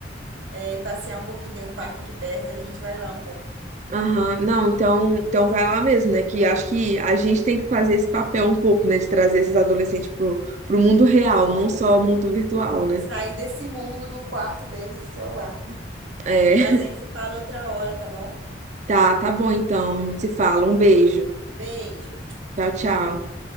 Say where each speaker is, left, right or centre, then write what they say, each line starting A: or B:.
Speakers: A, on the right; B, on the right.
A: é, ir passear um pouquinho, tem um parque aqui perto, a gente vai lá um pouco.
B: Aham, Não, então, então vai lá mesmo, né? Que acho que a gente tem que fazer esse papel um pouco, né? De trazer esses adolescentes pro, pro mundo real,
A: Nossa, com
B: não
A: certeza.
B: só o mundo virtual, né?
A: Sair desse mundo do quarto deles e celular. <laughs>
B: É, <laughs>
A: Mas a gente se fala outra hora, tá bom?
B: tá, tá bom então, a gente se fala. Um beijo.
A: Beijo.
B: Tchau, tchau.